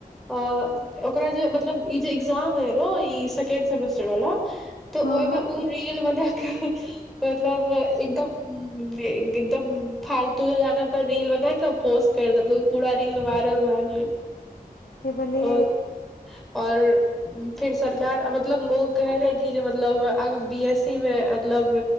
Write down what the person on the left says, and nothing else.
हँ
हँ
ईब ले।